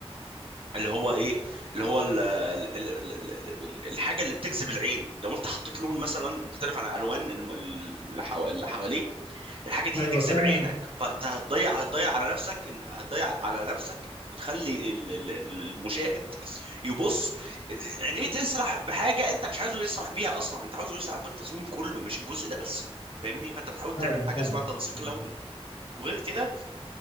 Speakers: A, on the right; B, on the left.
A: اللي هو ايه اللي هو ال ال ال ال ال ال الحاجه اللي بتجذب العين لو انت حطيت لون مثلا مختلف عن الالوان الم- اللي حوا- اللي حواليه الحاجه دي
B: ايوه
A: هتجذب
B: فعلا
A: عينك فانت هتضيع هتضيع على نفسك ان هتضيع على نفسك وتخلي ال- ال- ال- المشاهد يبص عينيه تسرح بحاجه انت مش عايزه يسرح بيها اصلا انت عاوزه يسرح بالتصميم كله مش الجزء ده بس فاهمني فانت بتحاول
B: فعلا
A: تعمل حاجه
B: فعلا
A: اسمها تنسيق
B: يعني.
A: لوني وغير كده